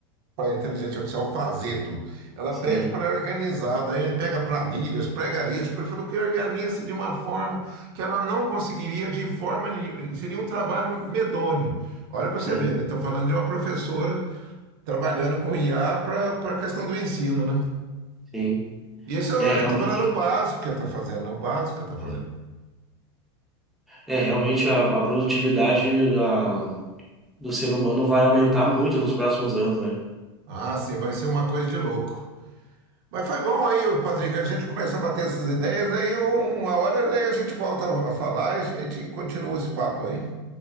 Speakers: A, on the right; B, in the centre.
A: para a inteligência artificial fazer tudo. Ela
B: sim,
A: pede para organizar, daí ele pega planilhas, pega isso, ele falou que organiza de uma forma que ela não conseguiria de forma nenhuma, seria um trabalho medonho. Olha para você
B: sim,
A: ver, né? Estão falando de uma professora trabalhando com IA para a questão do ensino, né?
B: sim.
A: E Isso eu
B: É, realmente.
A: estou falando o básico que está fazendo, né? O básico que está fazendo.
B: É, é, realmente a, a produtividade da- do ser humano vai aumentar muito nos próximos anos, né?
A: Ah, sim, vai ser uma coisa de louco. Mas foi bom aí, Patrick, a gente começou a bater essas ideias, aí um- uma hora aí a gente volta a falar e a gente continua esse papo aí.